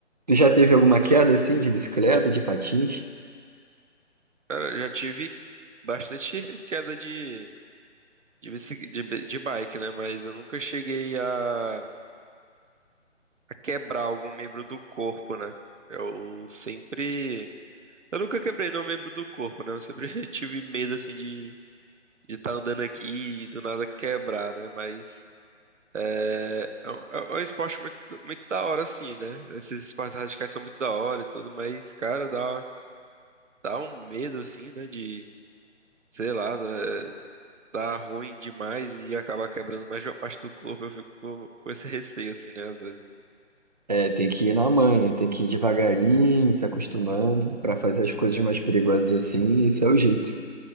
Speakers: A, on the right (about 35°); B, on the right (about 80°).
A: Tu já teve alguma
B: Eu não-
A: queda assim de bicicleta, de patins?
B: cara, eu já tive bastante <laughs> queda de de, bici- de, bi- de bike, né? Mas eu nunca cheguei a, a quebrar algum membro do corpo, né? Eu sempre. Eu nunca quebrei nenhum membro do corpo, né? Eu sempre <laughs> tive medo, assim, de de estar andando aqui e do nada quebrar, né? Mas. É, é um, é é um esporte muito, muito da hora, assim, né? Esses esportes radicais são muito da hora e tudo, mas, cara, dá, dá um medo, assim, né? De, sei lá, né? tá ruim demais e acabar quebrando mais de uma parte do corpo. Eu fico com, com esse receio, assim, né? Às vezes.
A: É, tem que ir na manha, tem que ir devagarinho, se acostumando pra fazer as coisas mais perigosas assim, esse é o jeito.